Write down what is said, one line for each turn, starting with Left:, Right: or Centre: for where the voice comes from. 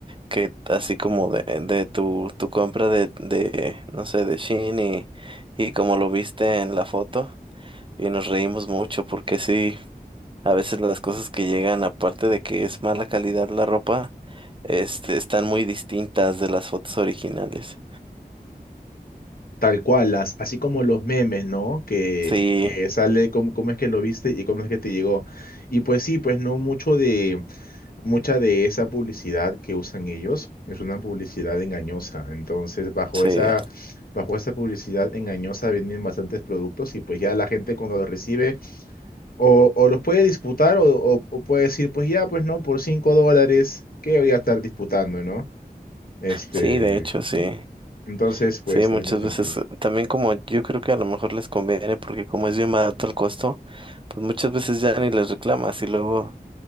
Right: que así como de, de tu, tu compra de, de, no sé, de Shein y, y como lo viste en la foto y nos reímos mucho porque sí, a veces las cosas que llegan, aparte de que es mala calidad la ropa, este, están muy distintas de las fotos originales.
Left: Tal cual, las, así como los memes, ¿no? Que,
Right: Sí,
Left: que sale cómo, cómo es que lo viste y cómo es que te llegó. Y pues sí, pues no mucho de, mucha de esa publicidad que usan ellos es una publicidad engañosa. Entonces, bajo
Right: sí.
Left: esa, bajo esa publicidad engañosa vienen bastantes productos y pues ya la gente cuando lo recibe O, o los puede disputar o, o, o puede decir, pues ya, pues no, por 5 dólares, ¿qué voy a estar disputando, no? Este,
Right: Sí, de hecho, sí.
Left: ¿no? Entonces, pues
Right: Sí, muchas
Left: también tiene sentido.
Right: veces eh, también como yo creo que a lo mejor les conviene porque como es bien barato el costo, pues muchas veces ya ni les reclamas y luego